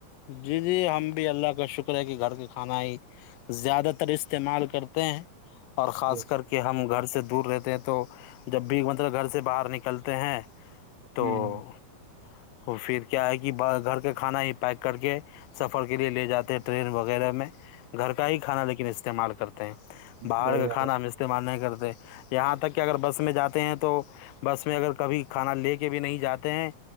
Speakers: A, on the left; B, on the right.
A: جی جی ہم بھی اللہ کا شکر ہے کہ گھر کے کھانا ہی زیادہ تر استعمال کرتے ہیں اور
B: ہو
A: خاص کر کے ہم گھر سے د دور رہتے ہیں تو جب بھی مطلب گھر سے باہر نکلتے ہیں تو
B: ہوں
A: اور پھر کیا ہے کہ گھر کا کھانا ہی پیک کر کے سفر کے لیے لے جاتے ہیں ٹرین وغیرہ میں گھر کا ہی کھانا لیکن استعمال کرتے باہر
B: بڑھیا
A: کا کھانا ہم استعمال نہیں کرتے یہاں تک کہ اگر بس میں جاتے ہیں تو بس میں اگر کبھی کھانا لے کے بھی نہیں جاتے ہیں